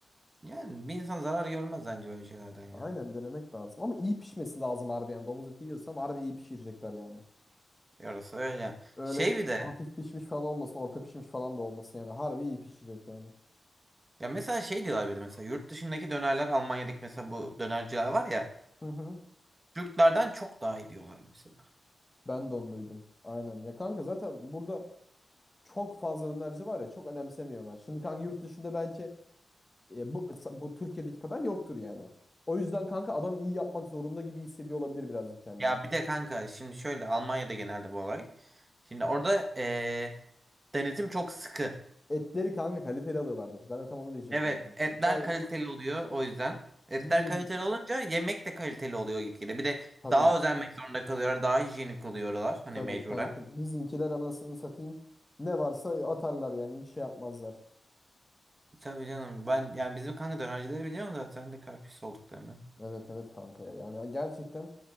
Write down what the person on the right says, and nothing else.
Yani bir insan zarar görmez bence böyle şeylerden ya.
Yarası öyle.
Şey bir de
ya mesela şey diyorlar bir de mesela yurt dışındaki dönerler Almanya'daki mesela bu dönerciler var ya
Türklerden çok daha iyi diyorlar mesela.
Ya bir de kanka şimdi şöyle Almanya'da genelde bu olay. Şimdi orada eee, denetim çok sıkı.
Evet, etler
kaliteli oluyor o yüzden. Etler
kaliteli olunca yemek de kaliteli oluyor gitgide. Bir de
daha özenmek zorunda kalıyorlar, daha hijyenik oluyorlar hani
mecburen.
Tabii canım ben yani bizim kanka dönercileri biliyorum zaten de kalp pis olduklarını.